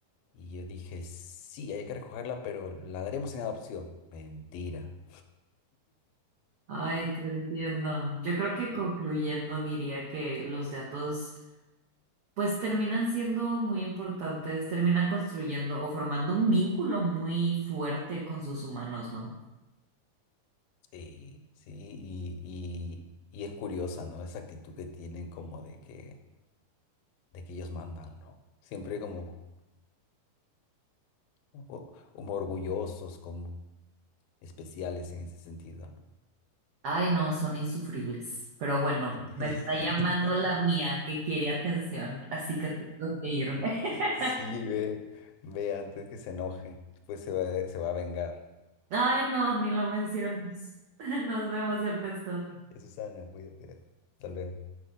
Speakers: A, on the left (about 80°); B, on the right (about 85°).
A: Y yo dije, sí, hay que recogerla, pero la daremos en adopción. Mentira.
B: Ay, te entiendo. Yo creo que
A: Y-
B: concluyendo diría que los gatos, pues terminan siendo muy importantes, terminan construyendo o formando un vínculo muy fuerte con sus humanos, ¿no?
A: Sí, sí, y, y- y es curiosa, ¿no? Esa actitud que tienen como de que, de que ellos mandan, ¿no? Siempre como o- como orgullosos, como especiales en ese sentido, ¿no?
B: Ay, no, son insufribles. Pero bueno,
A: <laughs>
B: me está llamando la mía que quiere atención, así que tengo que irme. <laughs>
A: Sí, ve, ve antes que se enoje, después se va, se va a vengar.
B: Ay, no, ni lo menciones. <laughs> Nos vemos, Ernesto.
A: Ya, Susana, cuídate. Hasta luego.